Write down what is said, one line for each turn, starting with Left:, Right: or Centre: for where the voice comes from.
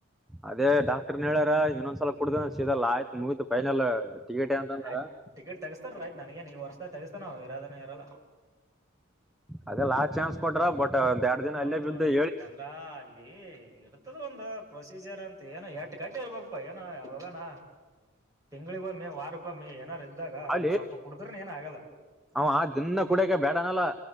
Centre: ಅದೇ ಡಾಕ್ಟರ್ನ್ ಹೇಳ್ಯಾರ ಇನ್ನೊಂದ್ಸಲ ಕುಡುದ ಸದಲ್ಲ ಆಯ್ತು ಮೂವತ್ ಫೈನಲ್ ಟಿಕೇಟೆ ಅಂತಂದ್ರ
Right: ಆಯ್ತ್ ಟಿಕೆಟ್ ತಗಸ್ತಾನ ರಯತ ನನಗೇನು ಈ ವರ್ಷ ದಾಗ ತಗಸ್ತಾನ ನವು ಇರದನ ಇರಲ್ಲ
Centre: ಅದೆ ಲಾಸ್ ಚಾನ್ಸ್ ಕೊಟ್ರ ಬಟ್ ಒಂದ ಎರಡ್ ದಿನ
Right: ಹೌದೌದು
Centre: ಅಲ್ಲೇ ಬಿದ್ದು ಹೇಳಿ
Right: ಯಾಕಂದ್ರ ಅಲ್ಲಿ ಇಡ್ತದ ಒಂದು ಪ್ರೊಸೀಜರ್ ಅಂತ ಏನ ಕಟ್ಟಿ ಇರ್ಬೇಕಕ್ ಪಾ ಏನೋ ಯಾವಾಗಾನ ತಿಂಗಳಿಗೊಮ್ಮೆ ವಾರಕ್ಕೊಮ್ಮೆ ಏನಾರ ಇದ್ದಾಗ
Centre: ಅಲ್ಲಿ
Right: ಒಂದ್ ಸ್ವಲ್ಪ ಕುಡಿದ್ರ ಏನ್ ಆಗಲ್ಲ
Centre: ಅವ ಆ ದನ್ನ ಕುಡಕ ಬೇಡನಲ್ಲ